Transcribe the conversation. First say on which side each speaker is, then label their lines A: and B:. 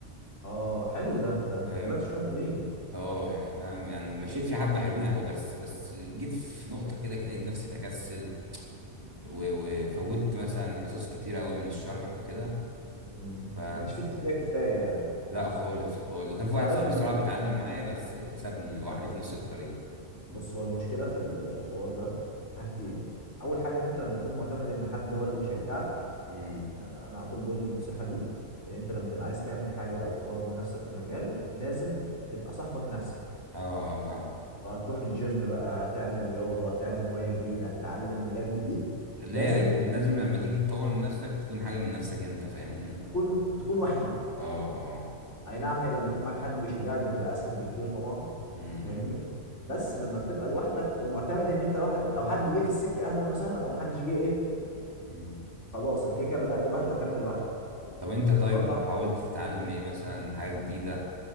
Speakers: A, on the left; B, on the right.
A: اه حلو ده ده انت
B: فاهم
A: طلعت شويه حلوين
B: اه يعني فاهم يعني مشيت في حبة حلوين او بس بس جيت في نقطة كده كده لقيت نفسي بكسل و- وفوتت مثلا حصص كتيرة قوي من الشرح وكده
A: مم.
B: ف
A: ما كانش فيه تشجيع كفايه يعني
B: لا خالص خالص وكان في
A: انت
B: واحد
A: عارف
B: صاحبي
A: ال...
B: الصراحة بيتعلم معايا بس سابني لوحدي
A: اه
B: في نص الطريق
A: بص هو المشكله في ال- في الحوار ده حاجتين اول حاجه ان انت لما تكون معتمد ان حد هو اللي بيشجعك
B: امم
A: يعني انا على طول بقول النصيحه دي ان انت لما تبقى عايز تعمل حاجه او تطور من نفسك في مجال لازم تبقى صاحبك نفسك
B: اه اه فاهم
A: لو هتروح الجيم بقى هتعمل رياضه هتعمل هوايه جديده هتتعلم مجال جديد
B: لا
A: لازم
B: لازم لما تيجي تطور من نفسك تكون حاجة من نفسك انت فاهمني
A: تكون تكون وحيد
B: اه اه
A: اي نعم هي لما يكون معاك حد بيشجعك بتبقى اسهل بكتير طبعا
B: امم
A: فاهمني بس لما بتبقى لوحدك ومعتمد ان انت لوحدك لو حد جه في السكه اهلا وسهلا لو محدش جه ايه
B: امم.
A: خلاص انا كده كده بدات لوحدي وهكمل لوحدي
B: طب انت
A: كان
B: طيب
A: الحوار ده
B: حاولت تتعلم ايه مثلا حاجة جديدة